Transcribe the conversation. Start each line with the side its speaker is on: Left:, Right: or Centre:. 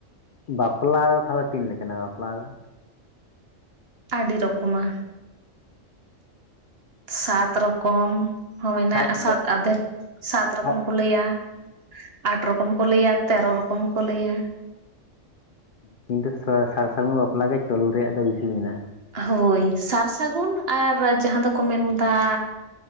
Left: ᱵᱟᱯᱞᱟ ᱫᱚ ᱛᱟᱦᱚᱞᱮ ᱛᱤᱱ ᱞᱮᱠᱟᱱᱟ ᱵᱟᱯᱞᱟ ᱫᱚ?
Right: ᱟᱹᱰᱤ ᱨᱚᱠᱚᱢᱟ ᱥᱟᱛ ᱨᱚᱠᱚᱢ। ᱦᱚᱸ ᱢᱮᱱᱟᱜ
Left: ᱥᱟᱨ ᱤᱧ
Right: ᱥᱟᱛ
Left: ᱫᱚ
Right: ᱟᱫᱷᱮᱠ ᱥᱟᱛ ᱨᱚᱠᱚᱢ
Left: ᱥᱟᱨ
Right: ᱠᱚ ᱞᱟᱹᱭᱟ᱾ ᱟᱴ ᱨᱚᱠᱚᱢ ᱠᱚ ᱞᱟᱹᱭᱟ ᱛᱮᱨᱚ ᱨᱚᱠᱚᱢ ᱦᱚᱸᱠᱚ ᱞᱟᱹᱭᱟ᱾
Left: ᱠᱤᱱᱛᱩ ᱥᱟᱨ ᱥᱟᱹᱜᱩᱱ ᱵᱟᱯᱞᱟ ᱜᱮ ᱪᱚᱞ ᱨᱮᱭᱟᱜ ᱫᱚ ᱵᱤᱥᱤ ᱢᱮᱱᱟᱜᱼᱟ᱾
Right: ᱦᱚᱭ ᱥᱟᱨ ᱥᱟᱹᱜᱩᱱ ᱟᱨ ᱡᱟᱦᱟᱸ ᱫᱚᱠᱚ ᱢᱮᱱ ᱮᱫᱟ